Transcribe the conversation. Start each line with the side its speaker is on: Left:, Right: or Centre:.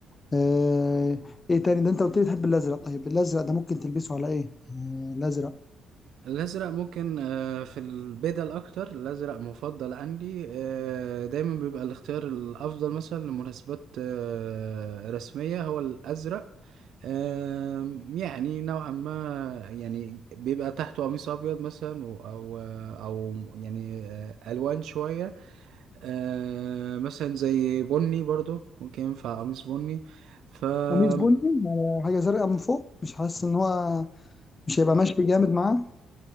Left: آه، ايه تاني ده انت قلت لي تحب الازرق طيب الازرق ده ممكن تلبسه على ايه آه، الازرق
Right: الأزرق ممكن آه، في البدل أكتر الأزرق مفضل عندي آه، دايما بيبقى الاختيار الأفضل مثلا لمناسبات آه، رسمية هو الأزرق آم، يعني نوعا ما يعني بيبقى تحته قميص أبيض مثلا و- أو آه، أو يعني آه، ألوان شوية آه، مثلا زي بني برضو ممكن ينفع قميص بني فمش
Left: قميص بني على حاجه زرقاء من فوق مش حاسس ان هو مش هيبقى ماشي جامد معاه